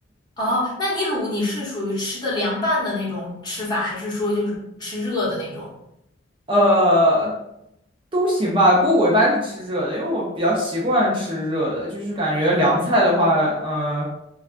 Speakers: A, on the left (about 20°); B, on the right (about 25°).
A: 哦，那你卤你是属于吃的凉拌的那种吃法，还是说就是吃热的那种？
B: 呃，都行吧。不过我一般是吃热的，因为我比较习惯吃热的，就是感觉凉菜的话，嗯、